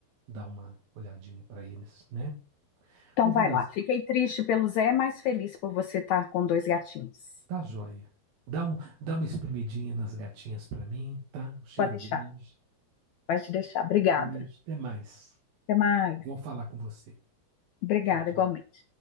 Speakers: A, on the right (about 75°); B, on the left (about 80°).
A: dar uma olhadinha para eles, né?
B: Então
A: Ô,
B: vai
A: Vanessa,
B: lá. Fiquei triste pelo Zé, mas feliz por você estar com dois gatinhos.
A: tá joia. Dá um, dá uma espremidinha nas gatinhas para mim, tá? Um cheiro
B: Pode deixar,
A: grande.
B: pode deixar. Obrigada.
A: Beijo, até mais.
B: Até mais.
A: Bom falar com você.
B: Obrigada,
A: Tchau, tchau.
B: igualmente.